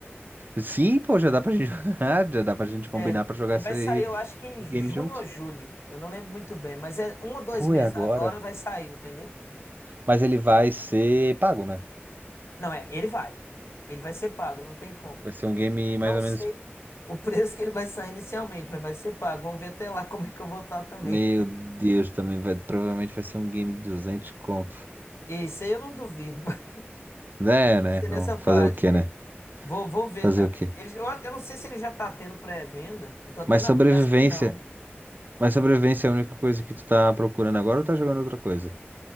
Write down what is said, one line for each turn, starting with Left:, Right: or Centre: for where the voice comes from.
Right: Sim, pô, já dá pra gente, <laughs> jogar, já dá pra gente combinar
Left: É.
Right: pra jogar
Left: Ele
Right: esse
Left: vai sair, eu acho que em
Right: esse
Left: junho
Right: game junto.
Left: ou julho. Eu não lembro muito bem, mas é um ou dois
Right: Pô,
Left: meses
Right: é agora.
Left: agora vai sair, entendeu?
Right: Mas ele vai ser pago, né?
Left: Não, é, ele vai. Ele vai ser pago, não tem como.
Right: Vai ser um game mais
Left: Não
Right: ou
Left: sei
Right: menos
Left: o preço que ele vai sair inicialmente, mas vai ser pago. Vamos ver até lá como é que eu vou estar também.
Right: Meu Deus, também vai, provavelmente vai ser um game de 200 conto.
Left: E isso aí eu não duvido, <laughs> mas
Right: É,
Left: deve
Right: né?
Left: ser
Right: Não,
Left: nessa
Right: fazer
Left: faixa.
Right: o quê,
Left: é.
Right: né?
Left: Vou, vou ver
Right: Fazer
Left: também.
Right: o quê?
Left: Ele, eu, acho- eu não sei se ele já tá tendo pré-venda. Eu tô até
Right: Mas
Left: na
Right: sobrevivência,
Left: dúvida, acho que não.
Right: mas sobrevivência é a única coisa que tu tá procurando agora ou tá jogando outra coisa?